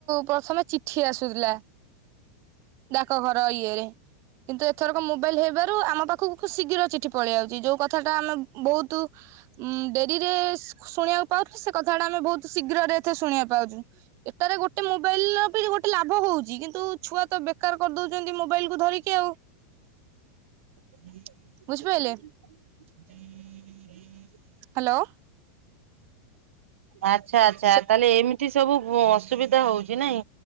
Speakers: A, on the right; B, on the right.
A: ପ୍ରଥମେ ଚିଠି ଆସୁଥିଲା, ଡାକଘର ଇଏରେ, କିନ୍ତୁ ଏଥରକ ମୋବାଇଲ ହେଇବାରୁ ଆମ ପାଖକୁ ଖୁବ୍ ଶୀଘ୍ର ଚିଠି ପଳେଇ ଆଉଛି, ଯୋଉ କଥାଟା ଆମେ ବହୁତ ଉଁ ଡେରିରେ ଶୁ ଶୁଣିବାକୁ ପାଉଥିଲେ, ସେ କଥାଟା ଆମେ ବହୁତ ଶୀଘ୍ରରେ ଏଥିରେ ଶୁଣିବାକୁ ପାଉଛୁ। ଏଟାରେ ଗୋଟେ ମୋବାଇଲର ବି ଗୋଟେ ଲାଭ ହଉଛି, କିନ୍ତୁ ଛୁଆ ତ ବେକାର କରିଦଉଛନ୍ତି ମୋବାଇଲକୁ ଧରିକି ଆଉ।
B: ହଁ। <inaudible>
A: ବୁଝିପାଇଲେ?
B: <inaudible> <inaudible>
A: ହାଲୋ।
B: ଆଚ୍ଛା ଆଚ୍ଛା
A: ହଁ
B: ତାହେଲେ ଏମିତି ସବୁ ଅ- ଅସୁବିଧା ହଉଚି ନାଇଁ?